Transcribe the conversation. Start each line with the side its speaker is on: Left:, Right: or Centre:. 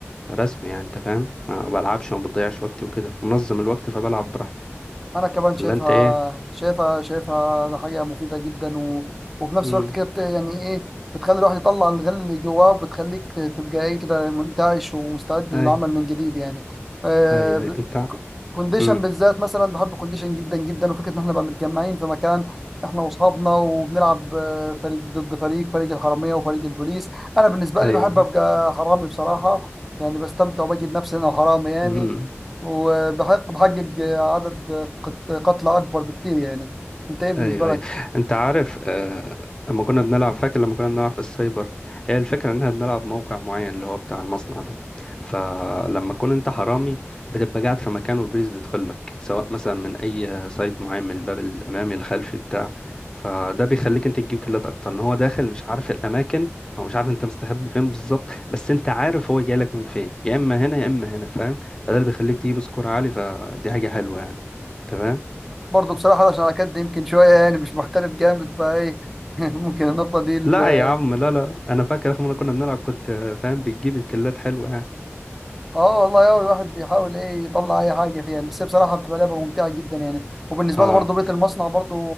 Left: رسمي يعني أنت فاهم ما بلعبش وما بضيعش وقتي وكده منظم الوقت فبلعب براحتي
Centre: انا كمان شايفها
Left: ولا انت ايه
Centre: شايفها شايفها ده حاجه مفيده جدا و... وفي نفس
Left: امم
Centre: الوقت كده بت... يعني ايه بتخلي الواحد يطلع الغل اللي جواه وبتخليك تبقى ايه كده منتعش ومستعد
Left: ايوه
Centre: للعمل من جديد يعني آه...
Left: ايوه
Centre: ب-
Left: ايوه انت
Centre: ك- كونديشن
Left: امم
Centre: بالذات مثلا بحب كونديشن جدا جدا وفكره ان احنا نبقى متجمعين في مكان احنا واصحابنا وبنلعب آه، فريق ضد فريق فريق الحراميه وفريق البوليس انا بالنسبه
Left: ايوه
Centre: لي بحب
Left: ايوه
Centre: ابقى حرامي بصراحه يعني بستمتع وبجد نفسي انا حرامي يعني
Left: امم
Centre: وبحقق بحقق عدد قت- قتلى أكبر بكتير يعني أنت إيه بالنسبة
Left: ايوه
Centre: لك؟
Left: ايوه انت عارف آه لما كنا بنلعب فاكر لما كنا بنلعب في السايبر هي الفكره ان احنا بنلعب موقع معين اللي هو بتاع المصنع ده فلما تكون انت حرامي بتبقى قاعد في مكان والبوليس بيدخل لك سواء مثلا من اي سايت معين من الباب الامامي الخلفي بتاع فده بيخليك انت تجيب كيلات اكتر ان هو داخل مش عارف الاماكن او مش عارف انت مستخبي فين بالظبط بس انت عارف هو جاي لك من فين يا اما هنا يا اما هنا فاهم فده اللي بيخليك تجيب سكور عالي فدي حاجه حلوه يعني تمام
Centre: برضه بصراحة عشان على كد يمكن شوية يعني مش محترف جامد فإيه <laughs> ممكن النقطة دي ال-
Left: لا يا عم لا لا انا فاكر اخر مره كنا بنلعب كنت آه، فاهم بتجيب الكلات حلوه يعني
Centre: اه والله هو الواحد بيحاول ايه يطلع اي حاجه فيها يعني بس هي بصراحه بتبقى لعبه ممتعه جدا يعني وبالنسبه
Left: اه
Centre: لي برضه بيت المصنع برضه